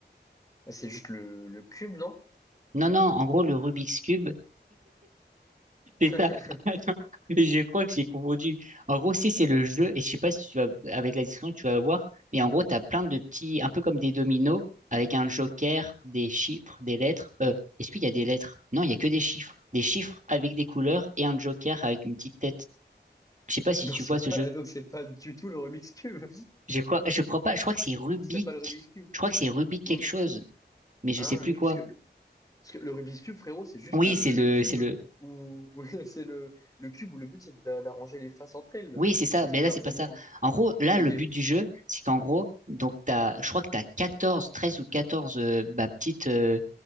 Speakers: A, on the left; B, on the right.
A: Ah, C'est juste le, le cube, non?
B: Non, non, en gros, le Rubik's Cube,
A: <laughs>
B: C'est ça. <laughs> Attends, je crois que j'ai confondu. En gros, c'est c'est le jeu, et je sais pas si tu vas, avec la description, tu vas voir, mais en gros, t'as plein de petits, un peu comme des dominos, avec un joker, des chiffres, des lettres. Euh, est-ce qu'il y a des lettres? Non, il y a que des chiffres. Des chiffres avec des couleurs et un joker avec une petite tête. Je sais pas si
A: Donc,
B: tu
A: c'est
B: vois ce
A: pas,
B: jeu.
A: donc c'est pas du tout le Rubik's Cube.
B: Je crois, je crois pas, je crois que c'est
A: <laughs>
B: Rubik.
A: C'est pas le Rubik's Cube.
B: Je crois que c'est Rubik quelque
A: Ou-
B: chose, mais je
A: Ah
B: sais plus
A: oui,
B: quoi.
A: parce que Parce que le Rubik's Cube, frérot, c'est juste
B: Oui,
A: euh,
B: c'est
A: le
B: le,
A: cube
B: c'est le,
A: où <laughs> c'est le, le cube où le but c'est d'a- d'arranger les faces entre elles, là.
B: Oui, c'est ça,
A: Donc
B: mais
A: c'est
B: là,
A: pas
B: c'est
A: vraiment.
B: pas ça.
A: hein.
B: En gros, là,
A: Ok,
B: le but du jeu, c'est qu'en gros, donc t'as, je crois que tu as 14, 13 ou 14 euh, bah, petites, euh,